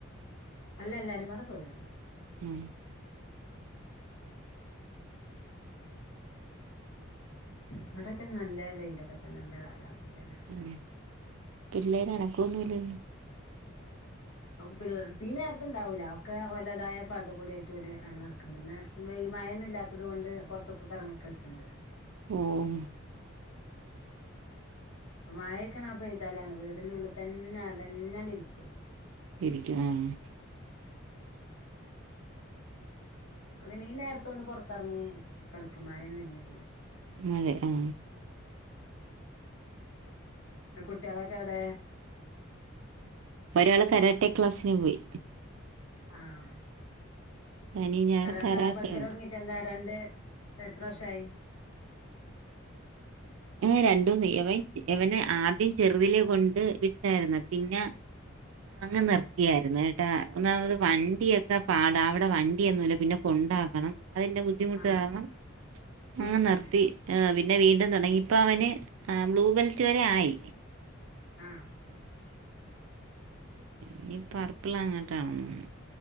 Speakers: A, on the left; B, on the right.
A: അല്ല. എല്ലാരുംമ്പാടെ പോയി വന്നു.
B: ഉം
A: <unintelligible> ഇവടൊക്കെ നല്ല വെയിലൊക്കെ തന്നെ നല്ല കാലാവസ്ഥേണ്.
B: ഉം പിള്ളേര് അനക്കൊന്നും ഇല്ലല്ലോ.
A: ഔ <unintelligible> ഇപ്പീ നേരത്ത് ണ്ടാവൂല. ഒക്കെ ഓലതായ പാട്ട് കൂടിയായ്റ്റോല് അങ്നെ നടക്ക്ണ്ട് ന്ന്. വെയ് മയൊന്നും ഇല്ലാത്തത് കൊണ്ട് പൊർത്ത്ക്കൊക്കെ എറങ്ങി കള്ച്ച്ണ്ട്.
B: ഓം
A: മഴക്കാണാ പെയ്താലാണ് വീടിനുള്ള് തന്നെ അടഞ്ഞാണ്ട് ഇരിക്ക്വേ.
B: ഇരിക്കും ആഹ്.
A: അപ്പപിന്നീ നേരത്തൊന്ന് പൊറത്തെറങ്ങി കളിക്കും മഴയൊന്നും ഇല്ലെങ്കില്.
B: <unintelligible> ആഹ്.
A: ങ്ളെ കുട്ട്യേളൊക്കെവിടെ?
B: ഒരാള് കരാട്ടെ ക്ലാസ്സിന് പോയി.
A: ആഹ്
B: ശനിയും ഞായറും
A: കരാട്ട
B: കരാട്ടെയുണ്ട്
A: പഠിക്കൽ തൊടങ്ങിട്ട് എന്താ രണ്ട് എത്ര വർഷായി
B: ഏഹ് രണ്ട് മൂന്ന് എവൻ എവനെ ആദ്യം ചെറുതിലെ കൊണ്ട് വിട്ടായിരുന്നു. പിന്നെ, അങ്ങ് നിർത്തിയായിരുന്നു കേട്ടാ. ഒന്നാമത് വണ്ടിയൊക്കെ പാടാ. അവിടെ വണ്ടിയൊന്നുല്ല. പിന്നെ കൊണ്ടാക്കണം അതിൻ്റെ ബു ദ്ധിമുട്ട്
A: ആഹ്
B: കാരണം
A: നിർത്തില്ലേ
B: അങ്ങ് നിർത്തി. പിന്നെ വീണ്ടും തൊടങ്ങി പ്പ അവന് ബ്ലൂ ബെൽറ്റ് വരെ ആയി.
A: ആഹ്.
B: ഇനി പർപ്പിൾ അങ്ങെട്ടാണ് തോന്ന്ണു.